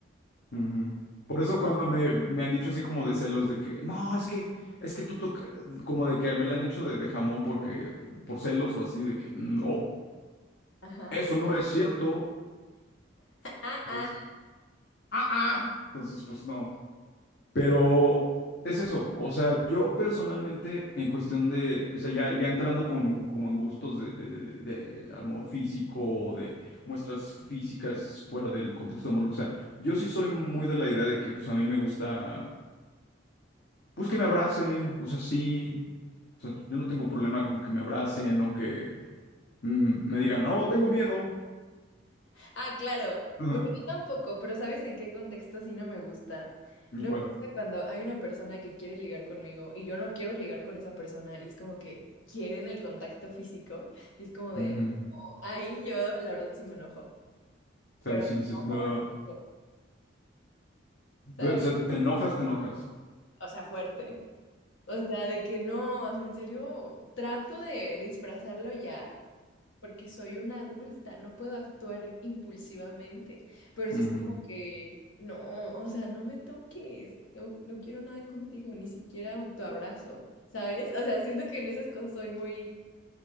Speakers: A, on the left; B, on the left.
A: Ujú. Por eso cuando me, me han dicho así como de celos de que, no, es que, es que tú tocas como de que me la han hecho de, de jamón porque, por celos o así, de que, no,
B: Ajá.
A: eso no es cierto,
B: Ah,
A: ¿sabes?
B: ah.
A: Ah, ah. Entonces, pues no. Pero es eso, o sea, yo personalmente en cuestión de, o sea, ya, ya entrando con, como en gustos de, de, de, de amor físico o de muestras físicas fuera del contexto de amor, o sea, yo sí soy muy de la idea de que, pues a mí me gusta... Pues que me abracen, o sea, sí. O sea, yo no tengo problema con que me abracen o que mm, me digan, no, tengo miedo.
B: Ah, claro.
A: <laughs>
B: Bueno, yo
A: ¿En
B: tampoco, pero ¿sabes en qué contexto sí no me gusta? No
A: cuál?
B: me gusta cuando hay una persona que quiere ligar conmigo y yo no quiero ligar con esa persona y es como que quieren el contacto físico y es como de,
A: Ujú.
B: "Oh", ahí yo la verdad sí me enojo,
A: O sea,
B: pero
A: ahí sí
B: me
A: dices,
B: enojo,
A: no.
B: me enojo,
A: Ve-
B: ¿sabes?
A: O sea, te enojas, te enojas.
B: O sea, fuerte. O sea, de que no, o sea, en serio, trato de disfrazarlo ya, porque soy una adulta, no puedo actuar impulsivamente, pero
A: Ujú.
B: sí es como que, no, o sea, no me toques, no, no quiero nada contigo, ni siquiera un- tu abrazo, ¿sabes? O sea, siento que en esas cosas soy muy,